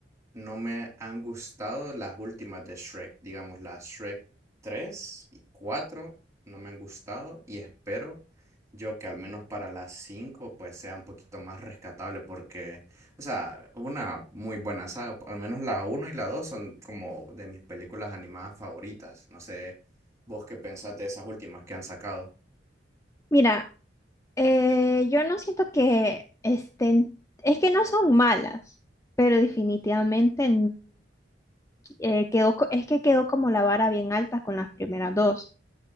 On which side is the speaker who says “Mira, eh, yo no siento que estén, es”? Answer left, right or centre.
Left